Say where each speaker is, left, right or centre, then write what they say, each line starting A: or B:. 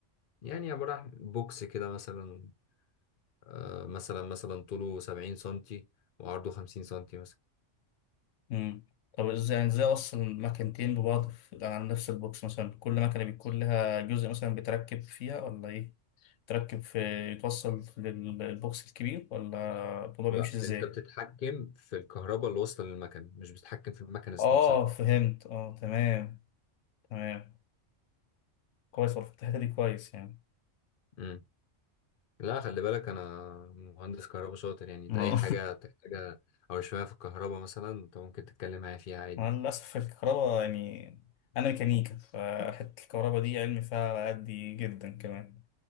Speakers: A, on the left; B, on the left.
A: يعني عبارة عن بوكس كده مثلا آه، مثلا مثلا طوله 70 سنتي وعرضه 50 سنتي مثلا
B: امم طب ازاي يعني ازاي اصلا مكنتين ببعض في- على نفس البوكس مثلا كل مكنه بيكون لها جزء مثلا بيتركب فيها ولا ايه تركب في يتوصل للبوكس الكبير ولا الموضوع
A: لا
B: بيمشي ازاي
A: انت بتتحكم في الكهرباء اللي واصله للمكنه مش بتتحكم في المكنه ذات
B: اه
A: نفسها
B: فهمت اه تمام تمام كويس والله في الحتة دي كويس يعني
A: امم لا خلي بالك انا مهندس كهرباء شاطر يعني انت
B: ما-
A: اي حاجه تحتاجها او شويه في الكهرباء مثلا انت ممكن تتكلم معايا فيها
B: <laughs>
A: عادي
B: أنا للأسف الكهرباء يعني أنا ميكانيكا فحتة الكهرباء دي علمي فيها على قدي جدا كمان